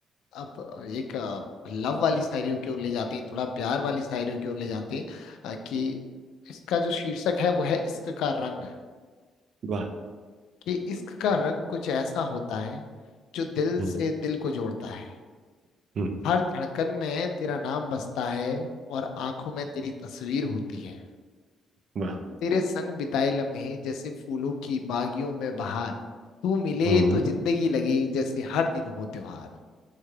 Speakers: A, on the left (about 85°); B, on the right (about 60°).
A: अब एक लव वाली शायरियों की ओर ले जाते हैं थोड़ा प्यार वाली शायरियों की ओर ले जाते हैं अ, कि इसका जो शीर्षक है वो है इश्क का रंग
B: वाह
A: कि इश्क का रंग कुछ ऐसा होता है जो दिल
B: हम्म
A: से दिल को जोड़ता है
B: हम्म हम्म,
A: हर धड़कन में तेरा नाम बसता है और आंखों में तेरी तस्वीर होती है
B: वाह
A: तेरे संग बिताए लम्हे जैसे फूलों की बागियों में बहार तू मिले
B: हम्म हम्म,
A: तो जिंदगी लगे जैसे हर दिन हो त्योहार